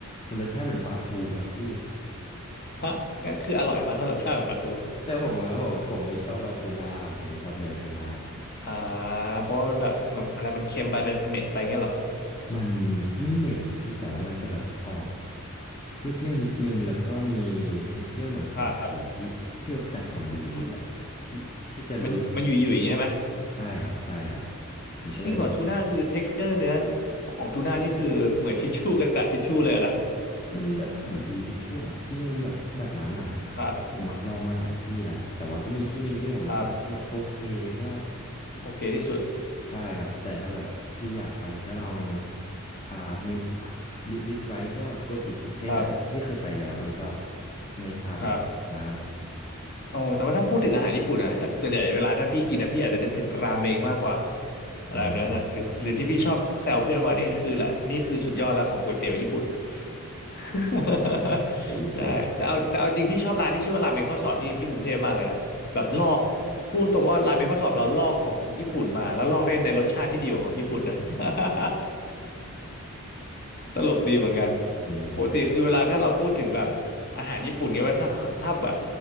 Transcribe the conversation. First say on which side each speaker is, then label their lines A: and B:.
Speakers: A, on the left (about 25°); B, on the left (about 45°).
A: มันรสชาติเหมือนปลาทูครับพี่
B: <laughs> งั้นคืออร่อยป่ะถ้ารสชาติเหมือนปลาทู
A: แต่ผมอะผมผมไม่ชอบปลาทูน่าครับผมไม่ชอบเนื้อทูน่า
B: อ่าเพราะว่ามันแบบมันอะไรมันเค็มไปมันเหม็นไปเงี้ยเหรอ
A: มันไม่เหม็นครับพี่แต่ว่ามันจะแบบออกเปรี้ยวๆนิดนึงแล้วก็มี texture เหมือนสำลีอะพี่พี่แบบจับสำลีแล้วพี่แบบพี่พี่จะรู้สึก
B: ครับอืมมันมันอยู่อยู่อย่างงี้ใช่ไหม
A: ใช่ครับใช่ครับผมก็เลย
B: จริงเหรอทูน่าคือ texture เนื้อของทูน่านี่คือเหมือนทิชชู่กระดาษทิชชู่เลยอะนะ
A: มันแบบสำลีทิชชู่อะพี่มันแบบแบบนั้นนะครับ
B: ครับ
A: ผมอะลองมาหลายที่แล้วครับแต่ว่าก็มีที่หนึ่งที่ผมรู้สึกว่ามันโอเคก็
B: ครับโอเคที่สุด
A: ใช่ครับแต่ถ้าแบบพี่อยากไปก็ลองอ่าเมมอ่าลิสต์ไว้ก็โกจิคิเช่นอ่ะพี่เคยไปแล้วอันนี้ก็
B: ครับ
A: ไม่ทราบเหมือนกันครับ
B: ครับโอ้แต่ว่าถ้าพูดถึงอาหารญี่ปุ่นอะ <laughs> ส่วนใหญ่เวลาถ้าพี่กินนะพี่อาจจะนึกถึงราเมงมากกว่าอะไรแบบนั้นอะหรือหรือที่พี่ชอบแซวเพื่อนว่านี่คือแหละนี่คือสุดยอดแล้วของก๋วยเตี๋ยวญี่ปุ่น
A: อืม
B: <laughs>
A: จากญี่ปุ่น
B: ใช่แต่เอาแต่เอาจริงพี่ชอบร้านที่ชื่อว่าราเมงข้อสอบที่ที่กรุงเทพมากเลยนะแบบลอกพูดตรงว่าราเมงข้อสอบเราลอกของญี่ปุ่นมาแล้วลอกได้ในรสชาติที่ดีกว่าของญี่ปุ่นนะ <laughs> ตลกดีเหมือนกัน
A: อืม
B: ปกติคือเวลาถ้าเราพูดถึงแบบอาหารญี่ปุ่นเนี่ยว่าถ้าถ้าแบบ